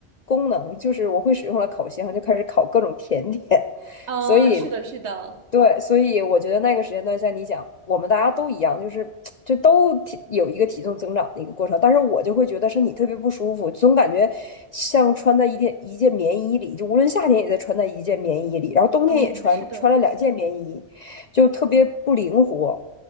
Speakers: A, on the left; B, on the right.
A: 功能，就是我会使用了烤箱，就开始烤各种甜点，<laughs>
B: 啊，
A: 所以
B: 是的，是的，
A: 对，所以我觉得那个时间段像你想，我们大家都一样，就是就都体有一个体重增长的一个过程，但是我就会觉得身体特别不舒服，总感觉像穿在一件一件棉衣里，就无论夏天也在穿在一件棉衣里，然后冬天也穿穿了两件棉衣，
B: 嗯，是的，
A: 就特别不灵活。